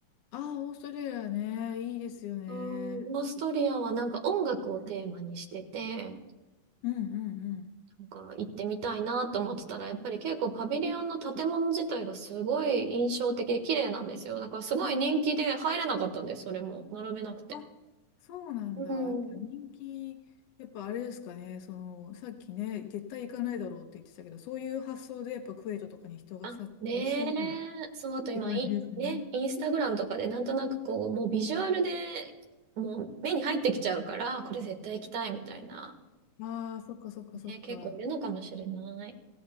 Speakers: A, on the left (about 75°); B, on the right (about 60°).
A: ああ、オーストラリアね、いいですよね。
B: あオーストリアはなんか音楽をテーマにしてて、
A: うんうん
B: なんか行ってみたいなと思ってたら、やっぱり結構パビリオンの建物自体がすごい印象的で綺麗なんですよ。だからすごい人気で入れなかったんです、それも。並べなくて。
A: うん。あ、そうなんだ。
B: うん。
A: やっぱ人気、やっぱあれですかね、その、さっきね、絶対行かないだろうって言ってたけど、そういう発想でやっぱクウェートとかに人が殺到し、
B: あ、ね
A: って感じですね。
B: え。そう、あと今、い、ね、インスタグラムとかでなんとなくこう、もうビジュアルでもう目に入ってきちゃうから、これ絶対行きたいみたいな。
A: ああ、そっかそっかそっか。
B: ね、結構いるのかもしれない。